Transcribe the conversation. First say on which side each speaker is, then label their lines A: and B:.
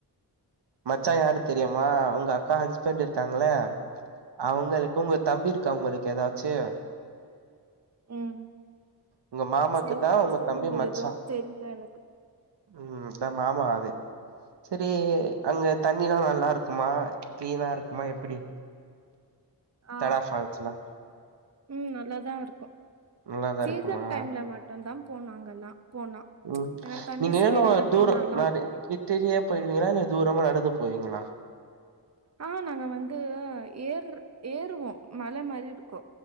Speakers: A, on the right; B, on the right.
A: மச்சா யாரு தெரியுமா உங்க அக்கா ஹஸ்பண்ட் இருக்காங்களே அவங்களுக்கு உங்க தம்பி இருக்கா உங்களுக்கு எதாச்சு
B: ம்
A: உங்க மாமாக்கு
B: செரிங்க
A: தா உங்க
B: செரிங்க
A: தம்பி மச்சா
B: எதுவு தெரில எனக்கு
A: ம் தா மாமா அது செரி அங்கே தண்ணிலா நல்லா இருக்குமா க்ளீனா இருக்குமா எப்டி
B: ஆ
A: தடா ஃபால்ஸ்லா
B: ம் நல்லாதா இருக்கு
A: நல்லாதா
B: சீசன்
A: இருக்குமா
B: டைம்ல மட் ரந்தம் போனாங்கல்லா போனா
A: உம்
B: ஏன்னா தண்ணி
A: நீங்க
B: ஸ்பீடா
A: ஏனோ
B: இருக்கு
A: தூரோ
B: நல்லா
A: மாரி
B: இருக்கு
A: கிட்டிலயே போயிடுவீங்ளா இல்ல தூரமா நடந்து போவீங்களா
B: ஆ நாங்க வந்து ஏர் ஏறுவோ மழ மாதிரி இரு